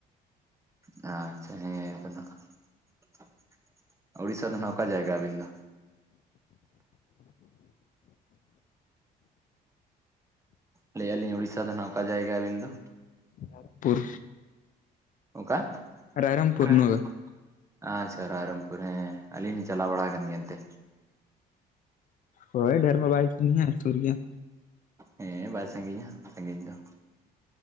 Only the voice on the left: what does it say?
<inaudible> ᱯᱩᱨ᱾
ᱨᱟᱭᱨᱚᱢᱯᱩᱨ
ᱱᱚᱣᱟ ᱫᱚ
ᱦᱳᱭ ᱰᱷᱮᱨ ᱢᱟ ᱵᱟᱭ ᱡᱤᱞᱤᱧᱟ ᱥᱩᱨ ᱜᱮᱭᱟ᱾